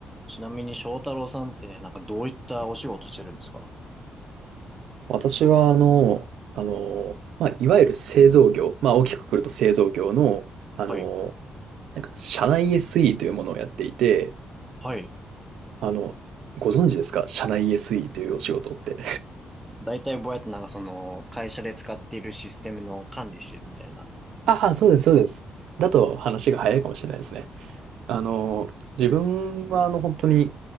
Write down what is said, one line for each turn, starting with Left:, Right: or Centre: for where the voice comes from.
Centre: ちなみに翔太郎さんってなんかどういったお仕事してるんですか
Right: 私は、あの、あの、まあ、いわゆる製造業、まあ、大きくくると製造業の、あの、
Centre: はい。
Right: なんか、社内 SE というものをやっていて、
Centre: はい。
Right: あの、ご存知ですか社内 SE というお仕事って。
Centre: だいたいぼやっとなんかその会社で使っているシステムの管理してるみたいな。
Right: <laughs> ああ、そうです、そうです。だと話が早いかもしれないですね。あの、自分はあの本当に